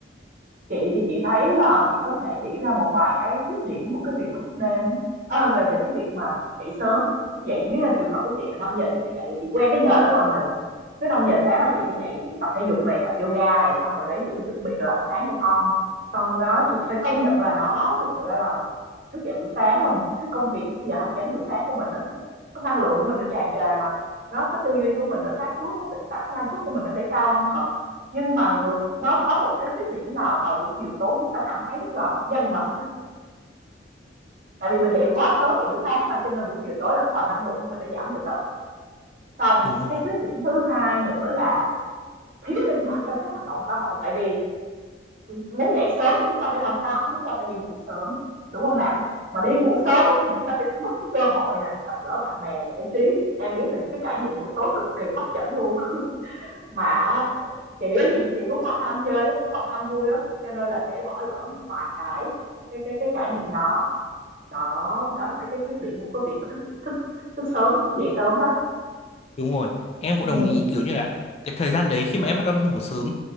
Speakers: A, on the right; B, on the left.
A: Chị thì chị thấy là chị có thể chỉ ra một vài cái khuyết điểm của cái việc mà thức đêm nhé. À, về về cái việc mà dậy sớm, dậy như là trường hợp của chị là 5 giờ chị phải dậy, chị quen cái giờ đó rồi mà Lượng. Cứ 5 giờ sáng là chị phải dậy, chị tập thể dục này, tập yoga này, xong rồi đấy chị mới chuẩn bị đồ ăn sáng cho con. Xong đó thực phải công nhận là nó thực sự là làm thức dậy buổi sáng là mình cái công việc cái giờ hành chánh buổi sáng của mình nó có, cái năng lượng của mình nó tràn trề mà nó cái tư duy của mình nó sáng suốt, có tỉnh táo, cái năng suất của mình nó sẽ cao hơn thật Nhưng mà ngược nó có một cái khuyết điểm là vào buổi chiều tối chúng ta cảm thấy rất là nhanh mệt Tại vì mình dậy quá sớm vào buổi sáng mà cho nên buổi chiều tối là cái vào năng lượng của mình đã giảm từ từ. Xong,
B: đúng rồi
A: cái khuyết điểm thứ hai nữa là thiếu linh hoạt trong các hoạt động xã hội tại vì muốn dậy sớm thì chúng ta phải làm sao? Chúng ta phải đi ngủ sớm, đúng không nè? Mà đi ngủ sớm thì chúng ta sẽ mất cái cơ hội nè, gặp gỡ bạn bè, giải trí. Em biết là những cái trải nghiệm buổi tối cực kỳ hấp dẫn luôn mà chị á thì chị cũng còn ham chơi lắm cũng còn ham vui lắm cho nên là sẽ bỏ lỡ một vài cái cái cái cái trải nghiệm đó đó đó là cái cái khuyết điểm của cái việc mà thức thức thức sớm thức dậy sớm đó
B: Đúng rồi, em cũng
A: ừ
B: đồng ý kiểu như là cái thời gian đấy khi mà em bắt đầu em ngủ sớm